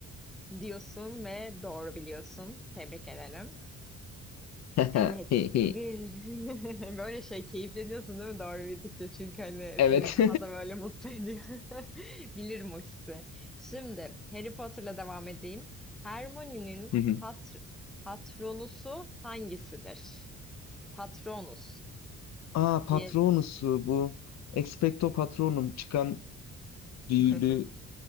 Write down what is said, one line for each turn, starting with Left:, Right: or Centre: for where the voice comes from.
Centre: Diyorsun ve doğru biliyorsun. Tebrik ederim.
Left: <laughs>
Centre: Evet, bir <laughs> böyle şey keyifleniyorsun değil mi doğru bildikçe çünkü hani
Left: Evet.
Centre: seni daha da böyle mutlu ediyor. <laughs> Bilirim o hissi. Şimdi Harry Potter'la devam edeyim. Hermione'nin
Left: <laughs>
Centre: pat patronusu hangisidir? Patronus
Left: Aa Patronus'u
Centre: diye
Left: bu. Expecto Patronum çıkan büyülü
Centre: <laughs>